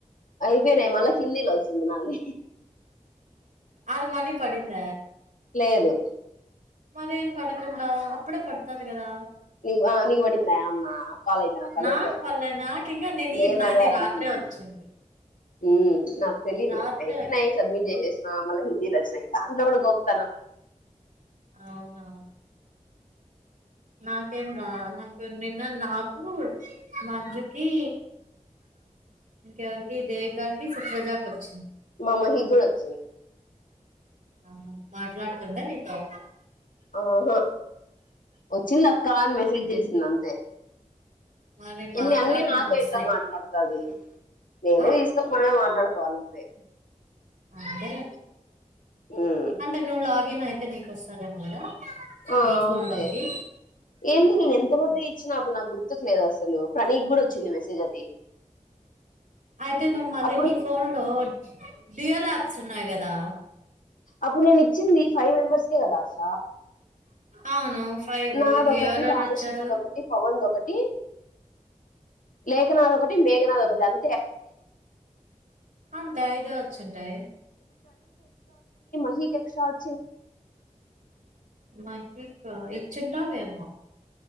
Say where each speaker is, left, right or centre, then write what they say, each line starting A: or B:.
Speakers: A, on the left; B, on the right.
A: ఐపోయినయ్ మళ్ళ హిందీలో వచ్చింది నాది
B: అది మనీ పడింద
A: లేదు
B: మరేం పడకుండా అప్పుడే పడతాది కదా
A: నిక్ ఆ నీకు వడిందా అమ్మ కాల్ అయిపోయినంక
B: నాకు
A: లేదు కదా
B: పల్లె నాకింకా నేను
A: నిను
B: ఈ నాది
A: అదే అడిగింది
B: రాత్రే వచ్చింది
A: హు మ్ నాక్ తెలీదు
B: రాత్రే
A: అయిపోయినాయి
B: వచ్చి-
A: సబ్మిట్ చేసేసిన మళ్ళీ హిందీలోచ్చినాయి దాంట్లో కూడా గోకుతాన
B: అవునా నాకేం రా నాకు నిన్న నాకు మంజుకి ఇంకెవరికి దేవికకి సుప్రజాకి వచ్చిం
A: మామహి కూడా వచ్చింది
B: ఆహా మాట్లాడుతుందా నీతో
A: ఆహా వచ్చింది అక్క అని మెసేజ్ చేసింది అంతే
B: మరి
A: ఇన్ని
B: మాట్లాడమని
A: అన్నిీ నాతో
B: వస్తాయి
A: ఇట్లా మాట్లాడుతాది నేనే
B: ఆ
A: తీసుకొని మనమే మాట్లాడ్ కోవాలంతే
B: అంతేలే
A: ఉమ్,
B: అంటే నువ్ లా గిన్ అయితే నీకు వస్తాదేమో కదా
A: ఆ
B: నీ
A: అంతే
B: ఫోన్ లోకి
A: ఏంది నేను ఎంత మంది ఇచ్చిన అప్పుడు నాకు గుర్తుకు లేదు అస సలు ప్రణీక్కుడా వచ్చింది మెసేజ్ అది
B: అయితే నువ్ మళ్ళి
A: అప్పుడు
B: నీ ఫోన్లో డియో లాప్స్ ఉన్నాయి కదా
A: అప్పునిన్ యిచ్చింది ఫైవ్ మెంబర్స్కే కదా ఆశ
B: అవును ఫైవ్
A: నాది
B: ఇంక
A: ఒకటి
B: ఎవరెవరు
A: రాజెశన్నది
B: వచ్చారు
A: ఒకటి పవన్ది ఒకటి లేఖనాథ్ ఒకటి మేఘనాద్ ఒకటి అం
B: అంతే ఐదే వచ్చుంటాయి
A: నిక్ ఎక్సట్రా వ
B: మ ఇంకా ఇచ్చుంన్టావ్ ఏమో